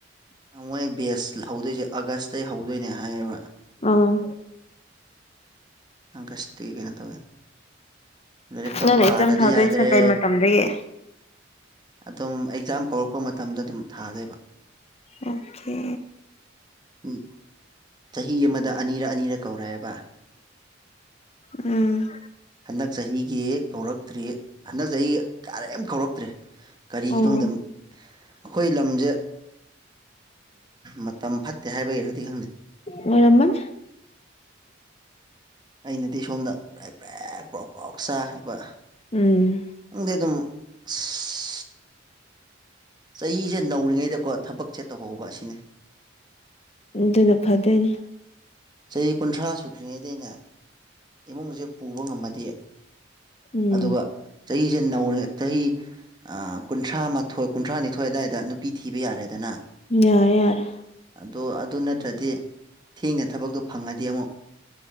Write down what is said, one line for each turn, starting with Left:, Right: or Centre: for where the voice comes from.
Right: ꯃꯣꯏ ꯕꯦꯁ ꯍꯧꯗꯣꯏꯁꯦ ꯑꯥꯒꯁꯇꯩ ꯍꯧꯗꯣꯏꯅꯦ ꯍꯥꯏꯌꯦꯕ
Left: ꯑꯪ
Right: ꯑꯪꯀꯁꯇꯤ ꯀꯩꯅꯣ ꯇꯧꯋꯦ ꯂꯥꯏꯔꯤꯛ ꯈꯔ
Left: ꯅꯪꯅꯦ
Right: ꯄꯥꯗꯗꯤ
Left: ꯑꯦꯛꯖꯥꯝ ꯊꯥꯗꯣꯏꯁꯦ
Right: ꯌꯥꯗ꯭ꯔꯦ
Left: ꯀꯩ ꯃꯇꯝꯗꯒꯤ
Right: ꯑꯗꯨꯝ ꯑꯦꯛꯖꯥꯝ ꯀꯧꯔꯛꯄ ꯃꯇꯝꯗ ꯑꯗꯨꯝ ꯊꯥꯅꯤꯕ
Left: ꯑꯣꯀꯦ
Right: ꯎꯝ ꯆꯍꯤ ꯑꯃꯗ ꯑꯅꯤꯔ ꯑꯅꯤꯔ ꯀꯧꯔꯛꯑꯦꯕ
Left: ꯎꯝ
Right: ꯍꯟꯗꯛ ꯆꯍꯤꯒꯤ ꯀꯧꯔꯛꯇ꯭ꯔꯤ ꯍꯟꯗꯛ ꯆꯍꯤ ꯀꯔꯦꯝ ꯀꯧꯔꯛꯇ꯭ꯔꯤ ꯀꯔꯤꯒꯤꯅꯣ
Left: ꯎꯝ
Right: ꯈꯪꯗꯦ ꯑꯩꯈꯣꯏ ꯂꯝꯁꯦ ꯃꯇꯝ ꯐꯠꯇꯦ ꯍꯥꯏꯕꯒꯤꯔꯗꯤ ꯈꯪꯗꯦ
Left: ꯃꯣꯏꯔꯃꯟ
Right: ꯑꯩꯅꯗꯤ ꯁꯣꯝꯗ ꯄ꯭ꯔꯦꯞ ꯄ꯭ꯔꯦꯛ ꯄꯔꯣꯛ ꯄ꯭ꯔꯣꯛ ꯆꯥꯈꯤꯕ
Left: ꯎꯝ
Right: ꯅꯪꯗꯤ ꯑꯗꯨꯝ <unintelligible> ꯆꯍꯤꯁꯦ ꯅꯧꯔꯤꯉꯩꯗꯀꯣ ꯊꯕꯛꯁꯦ ꯇꯧꯍꯧꯕ ꯑꯁꯤꯅꯤ
Left: ꯑꯗꯨꯅ ꯐꯗꯣꯏꯅꯤ
Right: ꯆꯍꯤ ꯀꯨꯟꯊ꯭ꯔꯥ ꯁꯨꯗ꯭ꯔꯤꯉꯩꯗꯩꯅ ꯏꯃꯨꯡꯁꯦ ꯄꯨꯕ ꯉꯝꯃꯗꯤ
Left: ꯎꯝ
Right: ꯑꯗꯨꯒ ꯆꯍꯤꯁꯦ ꯅꯧꯔꯤ ꯆꯍꯤ ꯀꯨꯟꯊ꯭ꯔꯥ ꯃꯥꯊꯣꯏ ꯀꯨꯟꯊ꯭ꯔꯥꯅꯤꯊꯣꯏ ꯑꯋꯥꯏꯗ ꯅꯨꯄꯤ ꯊꯤꯕ ꯌꯥꯔꯦꯗꯅ
Left: ꯌꯥꯔꯦ ꯌꯥꯔ‌ꯦ
Right: ꯑꯗꯣ ꯑꯗꯨ ꯅꯠꯇ꯭ꯔꯗꯤ ꯊꯤꯅ ꯊꯕꯛꯇꯣ ꯐꯪꯉꯗꯤ ꯑꯃꯨꯛ